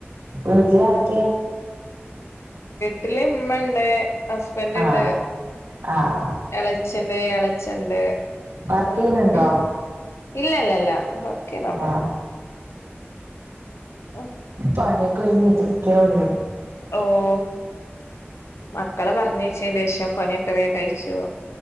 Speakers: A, on the right; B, on the left.
A: വീട്ടിൽ ആരൊക്കെ?
B: ട്ടില് ഉമ്മണ്ട് ഹസ്ബൻഡ്
A: ആഹ്
B: ഉണ്ട്
A: ആഹ്
B: ഇളച്ചന്റെ ഇളച്ചണ്ട്
A: വർക്ക് ചെയ്യുന്നുണ്ടോ
B: മ് ഇല്ല ഇല്ല ഇല്ല വർക്ക്‌ ചെയ്യുന്നെന്നുല്ല.
A: ആഹ്
B: ഏഹ്?
A: പണിക്കൊഴിഞ്ഞിട്ടേ ഇരിക്കെ ഉള്ളു.
B: ഓഹ് മക്കളെ മ എണീച്ചെയ്ന്റെഷം പണിയൊക്കെ വേം കയിച്ചു